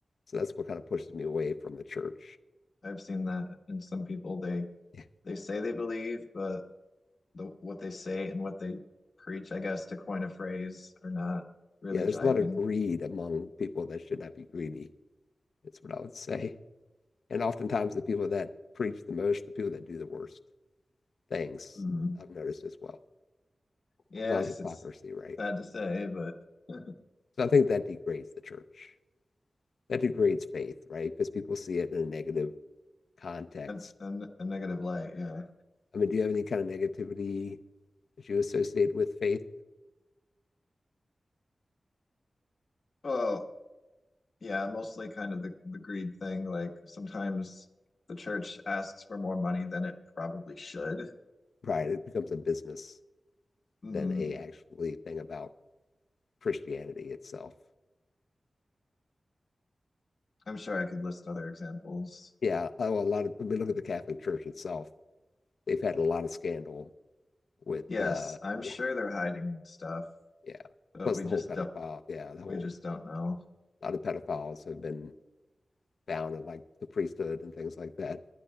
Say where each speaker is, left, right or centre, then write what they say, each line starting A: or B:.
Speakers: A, on the left; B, on the left.
A: So that's what kind of pushes me away from the church.
B: I've seen that in some people. They
A: Yeah,
B: they say they believe, but the, what they say and what they preach, I guess, to coin a phrase, are not really
A: yeah there's
B: jiving.
A: a lot of greed among people that should not be greedy. That's what I would say. And oftentimes the people that preach the most, the people that do the worst things,
B: Mhm.
A: I've noticed as well.
B: Yes,
A: A lot of hypocrisy,
B: it's
A: right?
B: sad to say, but <laughs>
A: So I think that degrades the church. that degrades faith, right? Because people see it in a negative context.
B: a, a, a negative light. Yeah.
A: I mean, do you have any kind of negativity that you associate with faith?
B: Well. yeah, mostly kind of the, the greed thing. Like sometimes the church asks for more money than it probably should.
A: Right, it becomes a business
B: hmm
A: than a actually thing about Christianity itself.
B: I'm sure I could list other examples.
A: Yeah, oh, a lot of. I mean, look at the Catholic Church itself. They've had a lot of scandal with,
B: Yes,
A: uh,
B: I'm
A: yeah,
B: sure they're hiding stuff,
A: yeah.
B: but
A: Plus
B: we
A: the
B: just
A: whole pedophile,
B: don't
A: yeah, the whole
B: we just don't know.
A: a lot of pedophiles have been found in like the priesthood and things like that.